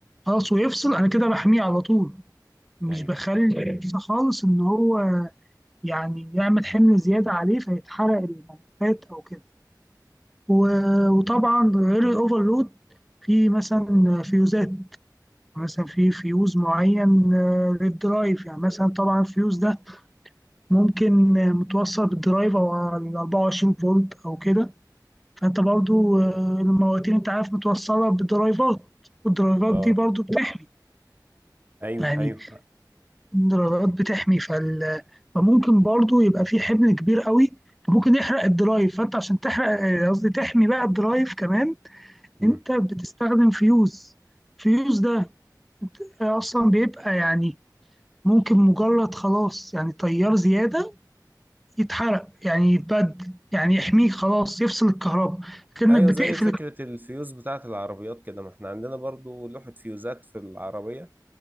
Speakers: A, in the centre; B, on the right.
A: خلاص ويفصل انا كده بحميه على طول مش
B: ايوه
A: بخلي فرصة خالص ان هو يعني يعمل حمل زياده عليه فيتحرق الملفات او كده و- وطبعا غير الاوفرلود في مثلا فيوزات مثلا في فيوز معين آه، للدرايف يعني مثلا طبعا الفيوز ده ممكن آه، متوصل بالدرايف او على 24 فولت او كده فانت برضو آه، المواتير انت عارف متوصله بدرايفات والدرايفات
B: اه
A: دي برضو بتحمي
B: ايوه
A: يعني
B: ايوه
A: الدرايفات بتحمي فال... فممكن برضو يبقى في حمل كبير قوي فممكن يحرق الدرايف فانت عشان تحرق آه، قصدي تحمي بقى الدرايف كمان
B: مم.
A: انت بتستخدم فيوز فيوز ده آه، اصلا بيبقى يعني ممكن مجرد خلاص يعني تيار زيادة يتحرق يعني يتبدل يعني يحميك خلاص يفصل الكهرباء كأنك
B: ايوه
A: بتقفل
B: زي فكره الفيوز بتاعه العربيات كده ما احنا عندنا برضو لوحه فيوزات في العربيه